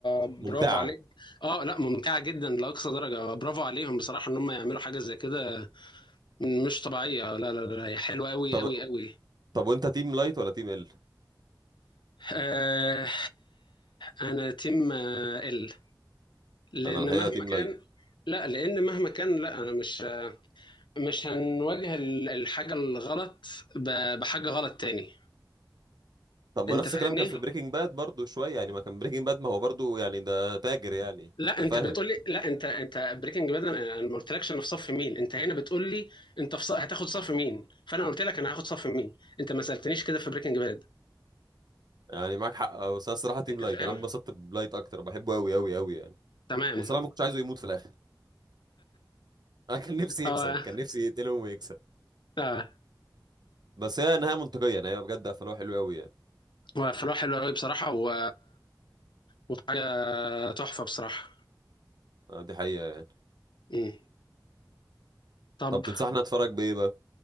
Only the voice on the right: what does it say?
ممتعه
طب
طب وانت تيم لايت ولا تيم ال
انا الحقيقه
تيم
لايت
طب ما
نفس
الكلام كان في بريكنج باد برضو شويه يعني ما كان بريكنج باد ما هو برضو يعني ده تاجر يعني
انت فاهم
يعني معاك حق أه، بس انا الصراحه تيم
لايت
انا انبسطت بلايت اكتر بحبه قوي قوي قوي يعني
وصراحه ما كنتش عايزه يموت في الاخر <laughs> انا كان نفسي
يكسب كان نفسي يقتلهم ويكسب
بس هي نهايه منطقيه يعني هي بجد قفلوها حلو قوي يعني
أه، دي حقيقه يعني
طب تنصحنا اتفرج بايه بقى